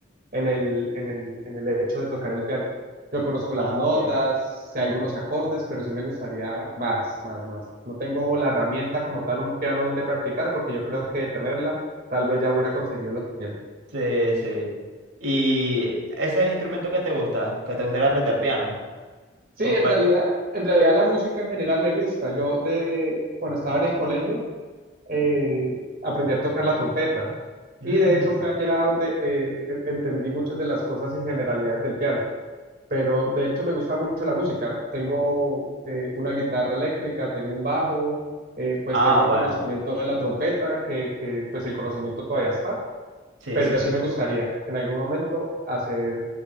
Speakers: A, on the right; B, on the right.
A: en el, en el, en el hecho de tocar el piano. Yo conozco las
B: Ah,
A: notas,
B: ok.
A: sé algunos acordes, pero sí me gustaría más, más, más. No tengo la herramienta como tal, un piano donde practicar, porque yo creo que de tenerla, tal vez ya hubiera conseguido lo que quiero.
B: Sí, sí. ¿Y ese es el instrumento que te gusta? ¿Que te gustaría aprender piano?
A: Sí,
B: ¿O
A: en
B: cuál?
A: realidad, en realidad la música en general me gusta. Yo de, cuando estaba en el colegio, eh, aprendí a tocar la trompeta.
B: Ujú.
A: Y de hecho fue allá donde eh, e- entendí muchas de las cosas y generalidades del piano. Pero de hecho me gusta mucho la música. Tengo eh, una guitarra eléctrica, tengo un bajo, eh, pues
B: Ah,
A: tengo el
B: bueno.
A: conocimiento de la trompeta, que, que pues el conocimiento todavía está.
B: Sí,
A: Pero
B: sí.
A: sí me gustaría en algún momento hacer